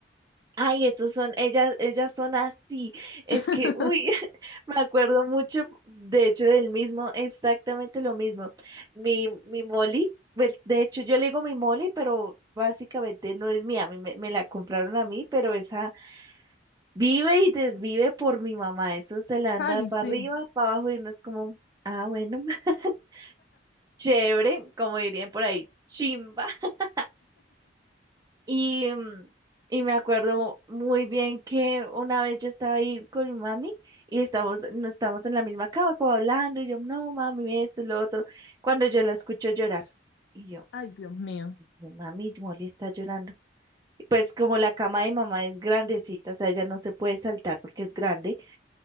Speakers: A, on the right; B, on the left.
A: Ay, esos son, ellas, ellas son así. Es
B: <laughs>
A: que, uy, <laughs> me acuerdo mucho, de hecho, del mismo, exactamente lo mismo. Mi, mi Molly, pues, de hecho, yo le digo mi Molly, pero básicamente no es mía, a mí me, me la compraron a mí, pero esa vive y desvive por mi mamá. Eso se la anda
B: Ay,
A: para
B: sí.
A: arriba, para abajo y uno es como, ah, bueno. <laughs> chévere, como dirían por ahí, chimba. <laughs> Y, mm, y me acuerdo muy bien que una vez yo estaba ahí con mi mami y estamos, no estamos en la misma cama, como hablando, y yo, no, mami, esto, lo otro, cuando yo la escucho llorar. Y yo,
B: Ay, Dios mío.
A: "No, mami, Molly está llorando. Pues como la cama de mamá es grandecita, o sea, ella no se puede saltar porque es grande,